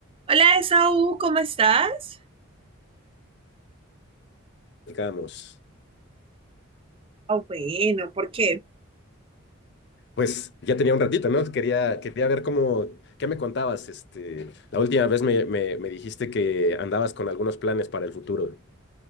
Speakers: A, on the right; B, on the left.
A: Hola, Esaú, ¿cómo estás?
B: platicábamos.
A: Ah, bueno, porque
B: Pues ya tenía un ratito, ¿no? Quería, quería ver cómo, qué me contabas. Este, la última vez me, me, me dijiste que andabas con algunos planes para el futuro.